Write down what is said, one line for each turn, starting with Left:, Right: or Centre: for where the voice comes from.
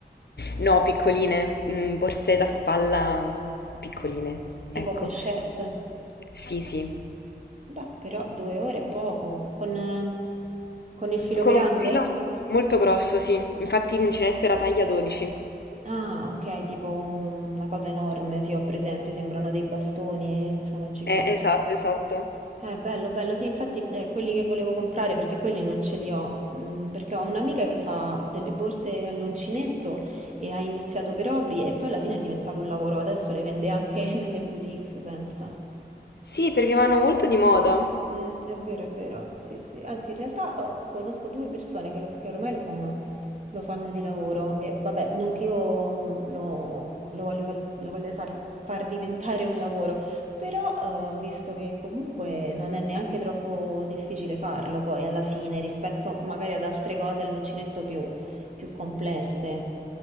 Left: No, piccoline, mm, borse da spalla piccoline,
Right: Tipo
Left: ecco.
Right: pochette?
Left: Sì, sì,
Right: Beh, però due ore è poco. Con, eh, con il filo
Left: con
Right: grande?
Left: un filo molto grosso, sì, infatti l'uncinetto era taglia 12.
Right: Ah, okay, tipo un una cosa enorme, sì, ho presente, sembrano dei bastoni, sono giganti.
Left: Eh, esatto, esatto.
Right: Eh, bello, bello, sì, infatti, eh, quelli che volevo comprare, perché quelli non ce li ho, mhmm, perché ho un'amica che fa delle borse all'uncinetto e ha iniziato per hobby e poi alla fine è diventato un lavoro, adesso le vende anche <laughs> nelle boutique, pensa.
Left: Sì, perché vanno molto di moda.
Right: Mh, è vero, è vero, sì, sì. Anzi, in realtà, uhm, conosco 2 persone che lo f che ormai lo fanno lo fanno di lavoro e vabbè, non che io mh, lo, lo voglio, fal- lo voglio far, far diventare un lavoro, però eh, ho visto che comunque non è neanche troppo difficile farlo poi alla fine rispetto magari ad altre cose all'uncinetto più, più complesse.